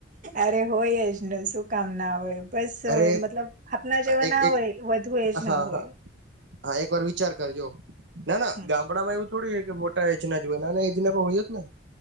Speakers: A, on the right; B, on the right.
A: અરે હોયજને શું કામ ના આવેય બસ
B: અરે
A: મતલબ આપના જેવા
B: એક
A: ના
B: એક
A: હોય વધુ એજ
B: હા
A: ના હોય
B: હા હા એક વાર વિચાર કરજો ના ના
A: હમ.
B: ગામડામાં એવું થોડી કે મોટા એજ ના જોયે નાના એજના પણ હોય જ ને